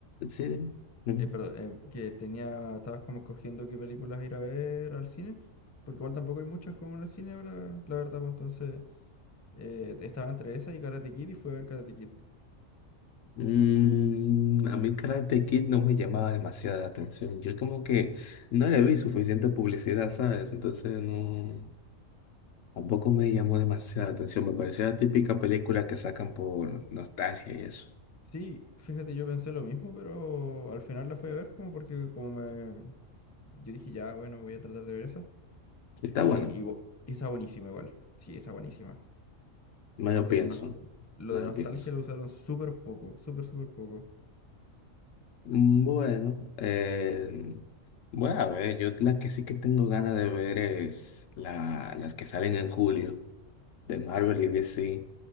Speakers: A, on the left (about 70°); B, on the left (about 15°).
A: sí, dime, dime.
B: eh, perdón, eh, que tenía, estabas como escogiendo qué películas ir a ver al cine, porque igual tampoco hay muchas como en el cine ahora, la verdad, pues entonces eh, estaba entre esa y Karate Kid y fue a ver Karate Kid.
A: Mm, a mí Karate Kid no me llamaba demasiada la atención. Yo como que no le vi suficiente publicidad, ¿sabes? Entonces no, tampoco me llamó demasiada la atención. Me parecía la típica película que sacan por nostalgia y eso.
B: Sí, fíjate, yo pensé lo mismo, pero al final la fui a ver como porque como me... Yo dije, ya, bueno, voy a tratar de ver esa.
A: Está
B: Y,
A: bueno,
B: igu- y está buenísima igual, sí, está buenísima.
A: me
B: Como
A: lo
B: que
A: pienso,
B: de nos- lo
A: me
B: de
A: lo
B: nostalgia
A: pienso.
B: lo usaron súper poco, súper, súper poco.
A: Mm, Bueno, eh, voy a ver, yo la que sí que tengo ganas de ver es la, las que salen en julio de Marvel y DC,